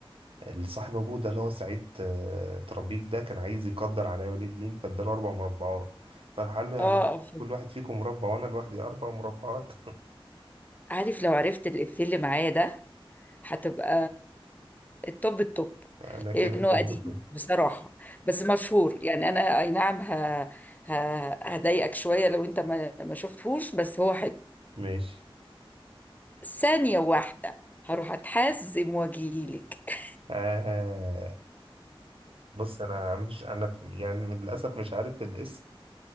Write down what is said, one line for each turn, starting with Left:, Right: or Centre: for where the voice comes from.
Right: اللي صاحب ابوه ده اللي هو سعيد آه، ترابيك ده كان عايز يقدر على ولي الدين فاداله اربع مربعات فراح قال له يعني
Left: آه، فيلم.
Right: كل واحد فيكم مربع وانا لوحدي اربع مربعات
Left: عارف لو عرفت الافيه اللي معايا ده هتبقى التوب التوب
Right: <laughs> انا كده
Left: لانه
Right: طب
Left: قديم
Right: طب
Left: بصراحه بس مشهور يعني انا اي نعم ه... ه... هضايقك شويه لو انت ما, ما شفتهوش بس هو حلو
Right: ماشي
Left: ثانيه واحده هروح اتحزم واجيلك
Right: آه بص انا مش انا يعني للاسف مش عارف الاسم